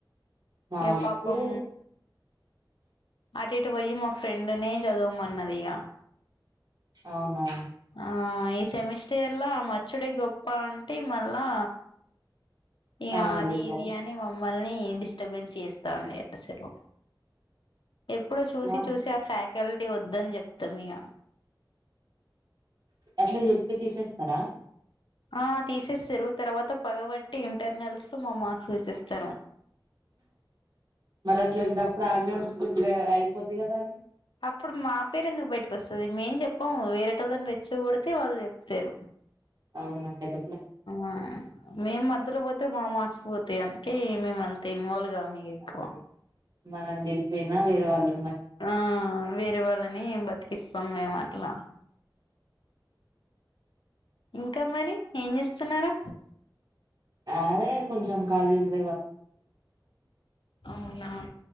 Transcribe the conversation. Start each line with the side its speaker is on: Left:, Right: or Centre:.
Right: నాకు
Left: ఇగ పాపం అటు ఇటు పోయి మా ఫ్రెండ్నే చదవమన్నదిగా
Right: అవునా
Left: ఆ ఈ సెమిస్టయర్ లా అమ్మే మచ్చడే గొప్ప అంటే మళ్ళా ఇగా
Right: అవునులే
Left: అది
Right: గాని
Left: ఇది అన్ని పం మమల్ని డిస్టర్బెన్స్ చేస్తాంది అసలు ఎప్పుడు చూసి
Right: మా
Left: చూసి ఆ ఫ్యాకల్టీ వద్దని చెప్ తం ఇగా
Right: అట్లా చెప్తే తీసేస్తారా
Left: ఆ తీసేస్తారు తర్వాత పగబట్టి ఇంటర్నల్స్ లో మా మార్క్స్ తీసేస్తారు
Right: మరి అట్లాంటప్పుడు ఆళ్ళనే ఉంచుకుంటే అయిపోది కదా అండి
Left: అప్పుడు మా పేరు ఎందుకు బయటకు వస్తుంది మేం ఎం చెప్పాము వేరే టోలని రెచ్చగొడితే వాళ్ళు చెప్తారు
Right: అవునా పెద్
Left: ఆ మేమ్ మధ్యలో పోతే మా మార్క్స్ పోతాయ్ అందుకే మేము అంత ఇన్వాల్వ్ గామ్ మీకు ఎక్కువ
Right: అది మనం చెడిపోయినా వేరే వాళ్ళు
Left: ఆ వేరే వాళ్ళని బతికిస్తాం మేము అట్ల ఇంకా మరి ఏం చేస్తున్నారు
Right: అదే కొంచెం కాలీల్లేవా
Left: అవునా